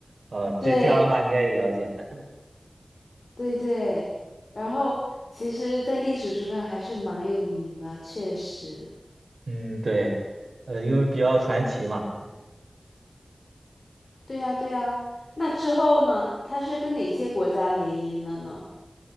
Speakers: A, on the right (about 85°); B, on the left (about 70°).
A: 呃，这这样的话你应该也了解。
B: 对，
A: <laughs>
B: 对对，然后其实，在历史书上还是蛮有名的，确实。
A: 嗯，对，呃，因为比较传奇嘛。
B: 对呀，对呀。那之后呢？它是跟哪些国家联姻的呢？